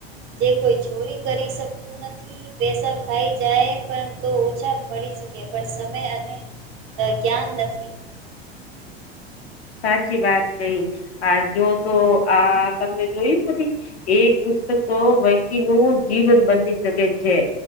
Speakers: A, on the right; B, on the left.
A: જે કોઈ ચોરી કરી શકતું નથી પેસા ખાઈ જાય પણ તો ઓછા મળી શકે પણ સમય અને અ જ્ઞાન નથી
B: સાચી વાત કઈ આ જો તો આ તમને જોયું બધી એક પુસ્તક તો વ્યક્તિ નું જીવન બદલી શકે છે.